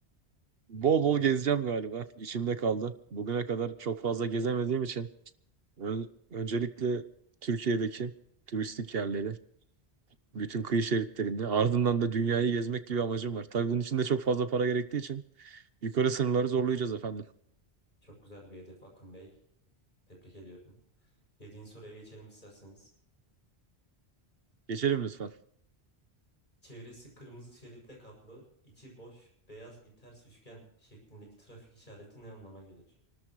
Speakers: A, on the right; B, on the left.
A: Bol bol gezeceğim galiba. İçimde kaldı. Bugüne kadar çok fazla gezemediğim için ön- öncelikle Türkiye'deki turistik yerleri, bütün kıyı şeritlerini, ardından da dünyayı gezmek gibi amacım var. Tabii bunun için de çok fazla para gerektiği için yukarı sınırları zorlayacağız efendim.
B: Çok güzel bir hedef Akın Bey. Tebrik ediyorum. Yediğin soruya geçelim isterseniz.
A: Geçelim lütfen.
B: Çevresi kırmızı şeritle kaplı, içi boş, beyaz bir ters üçgen şeklindeki trafik işareti ne anlama gelir?